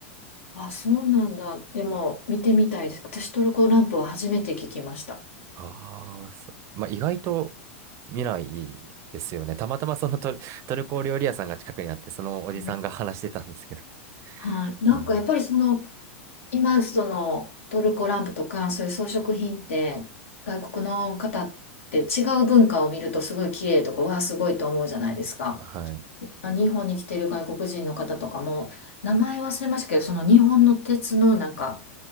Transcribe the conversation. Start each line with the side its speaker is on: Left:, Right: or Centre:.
Left: あ、そうなんだ。でも、見てみたいです。私、トルコランプは初めて聞きました。
Right: ああ、そまあ、意外と見ないですよね。たまたまそのトル、トルコ料理屋さんが近くにあって、そのおじさんが話してたんですけど。
Left: うんはい。なんか、
Right: あ
Left: やっぱりその、今、そのトルコランプとか、そういう装飾品って、外国の方って違う文化を見るとすごい綺麗とか、わあ、すごいと思うじゃないですか。
Right: ーはい。
Left: あ日本に来てる外国人の方とかも、名前忘れましたけど、その日本の鉄のなんか、